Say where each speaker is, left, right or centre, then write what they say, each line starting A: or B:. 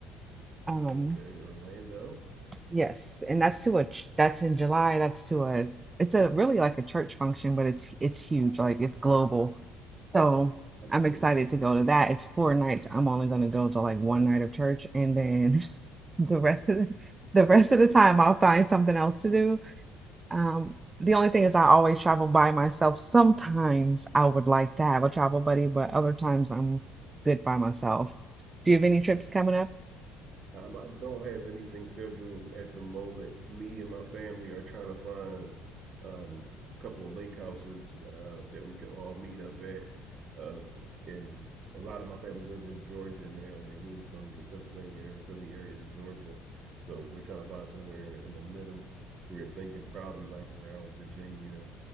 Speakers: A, on the right (about 25°); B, on the right (about 45°).
A: Um,
B: Okay, Orlando.
A: yes, and that's to a ch- that's in July. That's to a it's a really like a church function, but it's it's huge, like it's global. So
B: I don't,
A: I'm excited to go to that. It's four nights. I'm only gonna go to like one night of church, and then <laughs> the
B: I don't
A: rest of the the rest of the time I'll find something else to do. Um, the only thing is I always travel by myself. Sometimes I would like to have a travel buddy, but other times I'm good by myself. Do you have any trips coming up?
B: Um, I don't have anything scheduled at the moment. Me and my family are trying to find um a couple of lake houses uh that we can all meet up at. Uh, and a lot of my family live in Georgia now. They moved from the Pennsylvania area, Philly area to Georgia. So we're trying to find somewhere in the middle. We're thinking probably like around Virginia,